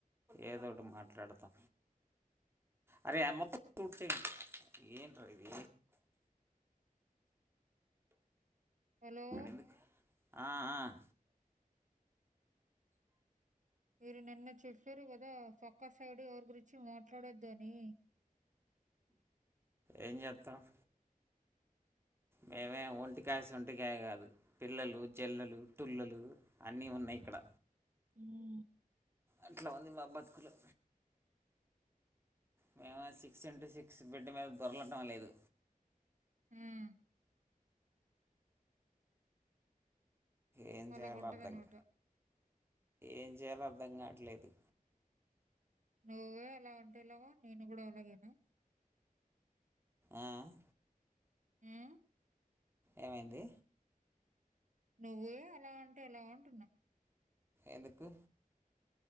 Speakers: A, on the right (about 15°); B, on the right (about 55°).
A: ఏదో ఒకటి మాట్లాడతా అరే అమ్మ చూత్తాది ఏట్రా ఇది
B: హలో
A: ఎందుకు ఆ ఆ
B: మీరు నిన్న చెప్పారు కదా పక్క సైడ్ ఎవరు గురించి మట్లా డద్దు అని
A: ఏం చెత్తమ్ మేమేం ఒంటికాయ సొంటికాయ కాదు పిల్లలు జల్లలు తళ్లులు అన్ని ఉన్నాయి ఇక్కడ
B: మ్మ్ హ్
A: అట్లా ఉంది మా బతుకులు మేమేం సిక్స్ ఇంటూ సిక్స్ బెడ్ మీద దొర్లటం లేదు
B: మ్మ్
A: ఏం
B: అలాగ
A: చేయలో
B: ఉంటది
A: అర్థంగాలే
B: అనమాట
A: ఏం చేయాలో అర్థం కావట్లేదు
B: నువ్వే అలా అంటే ఏలాగా నేను కూడా అలాగేనా
A: మ్మ్ హ్
B: మ్మ్
A: ఏమైంది
B: నువ్వే అలా అంటే ఎలా అంటున్న
A: ఎందుకు